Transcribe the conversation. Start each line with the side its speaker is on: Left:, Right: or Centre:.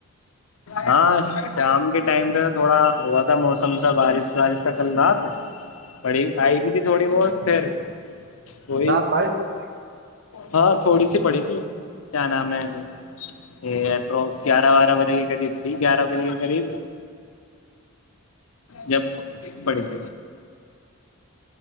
Left: ہاں شام کے ٹائم پہ تو تھوڑا ہوا تھا موسم سا بارش وارش تھا کل رات پڑی آئی بھی تھی تھوڑی بہت پھر کوئی
Right: رات بارش میں
Left: ہاں تھوڑی سی پڑی تھی کیا نام ہے یہ روزیار وار ورے کرد گیارہ بجے کے قریب جب پڑی <unintelligible>